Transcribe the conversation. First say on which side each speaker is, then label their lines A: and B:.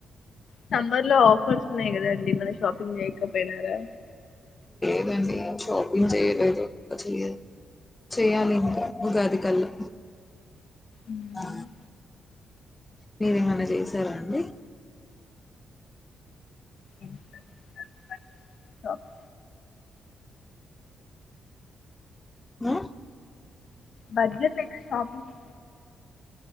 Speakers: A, on the left (about 60°); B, on the left (about 15°).
A: సమ్మర్లో లో ఆఫర్స్ ఉన్నాయి గదండి మనకి షాపింగ్ మేకప్ పోయినరా
B: లేదండి షాపింగ్‌ చేయలేదు చెయ్ చేయాలి ఇంకా ఉగాది కళ్ళా
A: ఉమ్.
B: అ మీరేమన్నా చేసారాండి
A: <inaudible> ఓకే
B: మా
A: బడ్జెట్ లేక షాపింగ్